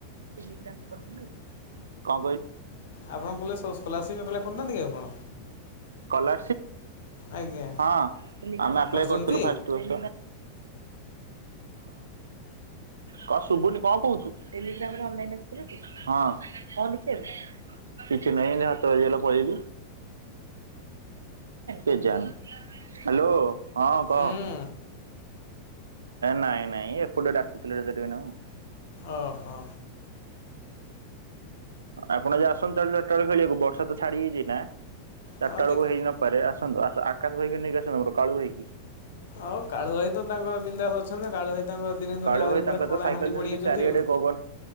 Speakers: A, on the right; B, on the left.
A: କଣ କରିଚ
B: ଆପଣ କଲେଜ ସ୍କଲାରସିପ୍ ଆପ୍ଲାଏ କରିନାହାନ୍ତି କି ଆପଣ?
A: କଲ
B: ଆଜ୍ଞା
A: ହଁ ଆମେ ଆପ୍ଲାଏ
B: କରିଛନ୍ତି
A: କରିଥିଲୁ ଫାଷ୍ଟ ବର୍ଷ। ହଁ ଶୁଭୁନି କଣ କହୁଚୁ? ଆସିଥିଲ କଣ ଦେଖିବା? କିଛି ନାହିଁ ହାତ ବାଜିଗଲା ପଳିବି କେଜାଣି ହ୍ୟାଲୋ ହଁ କହ?
B: ହୁଁ
A: ନାଇଁ ନାଇଁ ଏପଟେ ଡାକୁଥିଲେ ଟିକେନାକୁରୁ
B: ଓ ହୋ।
A: ଆପଣ ଯ ଆସନ୍ତୁ ଚା ଚାରିଟା ବେଳକୁ ଖେଳିବାକୁ ବର୍ଷା ତ ଛାଡି ଯାଇଚି ନା। ଚାରିଟା
B: ହଉ
A: ବେଳକୁ
B: ଦେଖ
A: ହେଇ ନପାରେ ଆସନ୍ତୁ ଆକାଶ ଭାଇକି ନେଇକି ଆସନ୍ତୁର କାଳୁ ଭାଇକି।
B: ଆଉ କାଳୁ ଭାଇ ତ ତାଙ୍କ <unintelligible> ଅଛନ୍ତି କାଳୁ ଭାଇ ତାଙ୍କ ଦିନେ ଦିନେ
A: କାଳୁ
B: ଆହୁରି
A: ଭାଇ
B: ପୁରା
A: ତାଙ୍କର
B: କଳା
A: ତ ସାଇକେଲ
B: ହାଣ୍ଡି ପଡ଼ିଯାଉଛନ୍ତି
A: ଧର କି ଚାରି
B: ଆଉ
A: ଅଡେ ଗଗନ